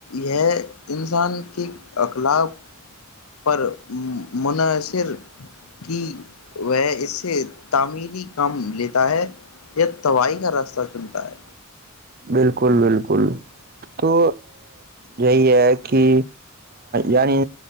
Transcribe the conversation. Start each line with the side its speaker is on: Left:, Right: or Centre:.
Left: یہ انسان کے اخلاق پر منحصر کی وہ اس سے تعمیری کام لیتا ہے یا توائی کا راستہ چنتا ہے
Right: بالکل بالکل تو یہی ہے کہ یعنی